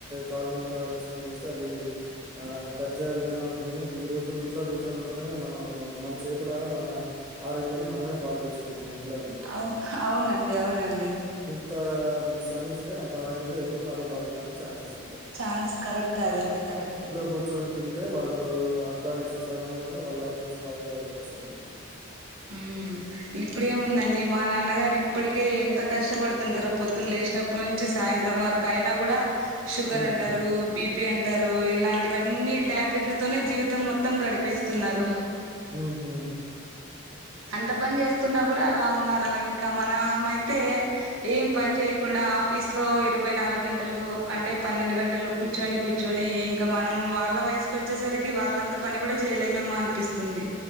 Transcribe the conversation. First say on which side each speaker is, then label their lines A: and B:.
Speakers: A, on the right; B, on the right.
A: కాలు మీద కాలు వేసుకొని చేస్తే అది ఆ దర్జా విధానం అనుకున్న కనుక ఈ రోజులు ఇంట్లో కూర్చొని ఉండటమే మనం మన చేతులారా మన ఆరోగ్యాన్ని మనమే పాడు చేసుకుంటున్నాం ఇంట్లో ఉండి
B: అవు అవునండి అవునండి
A: అ శ్రమిస్తే అంత ఆరోగ్యంగా ఎక్కువ కాలం బతకడానికి ఛాన్సెస్ ఉంటాది
B: చాన్స్ కరెక్ట్ అదైతే కరెక్ట్
A: కూర్చొని తింటే వాళ్ళు అర్ధాయుసు సగంలోనే వాళ్ళ లైఫ్ స్పాయిల్ అయ్యే అవకాశం ఉంటది.
B: ఉ ఇప్పుడేముందండి మా నాన్నగారు ఇప్పటికే ఎంత కష్టపడుతుంటారు. పొద్దున్న లేసినప్పుడు అప్పటి నుంచి సాయంత్రం వరకు అయినా కూడా షుగర్
A: హ్మ్.
B: అంటారు బి తప్పి అంటారు. ఇలాంటివన్నీ టాబ్లెట్ల తనే జీవితం మొత్తం గడిపేస్తున్నారు
A: ఉహ్
B: అంత పని చేస్తున్నా కూడా అలా ఉన్నారు ఇంకా మనము అయితే ఏం పని చేయ్యకుండా ఆఫీస్ లో ఇరవై నాలుగు గంటలులకు అంటే పన్నెండు గంటలు కూర్చొని కూర్చొని ఇంకా మనం వాళ్ళ వయసుకు వచ్చేసరికి వాళ్ళంత పని కూడా చేయలేమేమో అనిపిస్తుంది